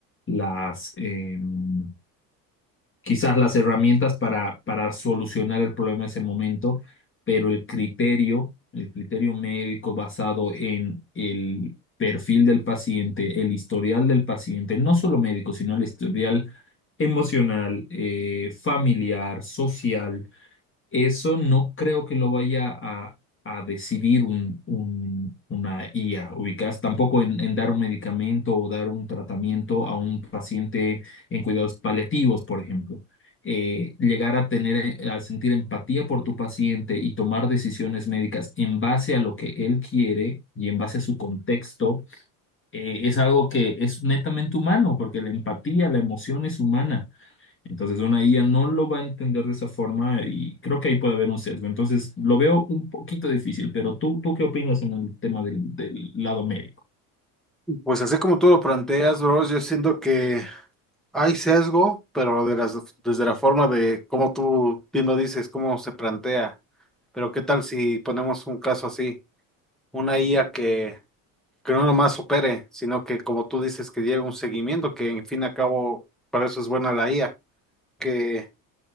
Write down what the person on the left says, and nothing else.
las, em, quizás las herramientas para, para solucionar el problema en ese momento, pero el criterio, el criterio médico basado en el perfil del paciente, el historial del paciente, no solo médico, sino el historial emocional, eh, familiar, social eso no creo que lo vaya a, a decidir un, un- una IA, ubicás, tampoco en, en dar un medicamento o dar un tratamiento a un paciente en cuidados paliativos, por ejemplo. Eh, llegar a tener, eh, a sentir empatía por tu paciente y tomar decisiones médicas en base a lo que él quiere y en base a su contexto, eh, es algo que es netamente humano, porque la empatía, la emoción es humana. Entonces una IA no lo va a entender de esa forma y creo que ahí puede haber un sesgo. Entonces lo veo un poquito difícil, pero tú, ¿tú qué opinas en el tema del, del lado médico?